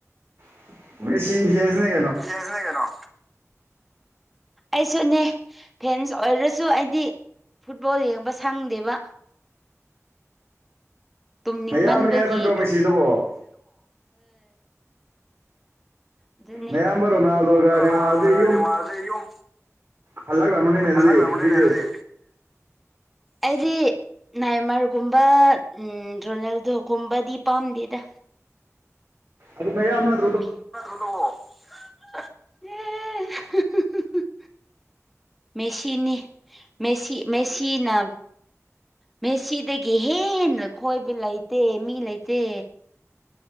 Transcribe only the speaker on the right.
<unintelligible>
ꯅꯌꯥꯝꯕꯅꯤ ꯍꯥꯏꯕ ꯅꯠꯇ꯭ꯔꯣ ꯃꯦꯁꯤꯗꯨꯕꯣ
ꯃꯌꯥꯝꯝꯕꯔꯣꯅꯥꯗꯣꯒꯅꯤ
ꯃꯥꯗꯤꯨꯝ
ꯍꯜꯥꯛꯂ ꯃꯅꯤꯅꯦ ꯑꯗꯨꯗꯤ
ꯑꯗꯨꯦ
ꯑꯗꯨ ꯃꯌꯥꯝꯅ